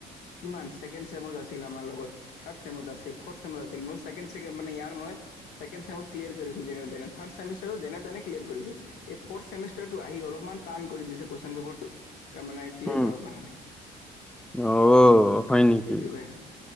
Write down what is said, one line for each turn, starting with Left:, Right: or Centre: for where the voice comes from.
Left: কিমান ছেকেণ্ড চেমৰ আছ্ ছিল আমাৰ লগত, থাৰ্ড ছেমত আছিল, ফৰ্ড ছেমত আছিল, মোৰ ছেকেণ্ড চেম মানে ইয়াৰ মই ছেকেণ্ড ছেমত ক্লিয়াৰ কৰিছো যেনেতেনে, থাৰ্ড চেমিষ্টাৰো যেনেতেনে ক্লিয়াৰ কৰিছোঁ। এই ফৰ্থ চেমিষ্টাৰটো আহি অলপমান টান কৰি দিছে কুৱেশচন পেপাৰটো, কে মানে ক্লিয়াৰ
Centre: উম
Left: কৰিব পৰা নাই,
Centre: অ হয় নেকি
Left: সেইটোৱে।